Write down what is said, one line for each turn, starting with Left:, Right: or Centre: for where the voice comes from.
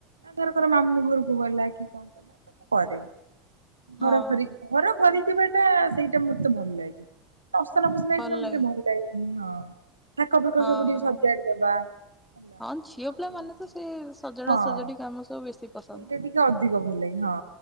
Right: ଆ ଧରକର ମାମୁଁ ଘରକୁ ଗଲା କି କଣ କଲା ତ ମୁଁ କରିମି। ଘର
Centre: ହଁ
Right: ଖରି ଘର ଖରିକିବାଟା ସେଇଟା ମତେ ଭଲ ଲାଗେ। ଅସନା ଫସନା
Centre: ଭଲ
Right: ହେଇଥିଲେ ମତେ
Centre: ଲାଗେ।
Right: ଟିକେ ଭଲ ଲାଗେନି ହଁ ଥାକ ଫାକ
Centre: ହଁ
Right: ସବୁ ଟିକେ ସଜାଡ଼ି ଦବା। ହେଲା
Centre: ହଁ ଝିଅ
Right: ଆଉ
Centre: ପିଲା ମାନେ ତ ସେ ସଜଡ଼ା
Right: ହଁ।
Centre: ସଜଡ଼ି କାମ ସବୁ ବେଶି ପସନ୍ଦ।
Right: ସେଇଟା ଟିକେ ଅଧିକ ଭଲ ଲାଗେ ହଁ।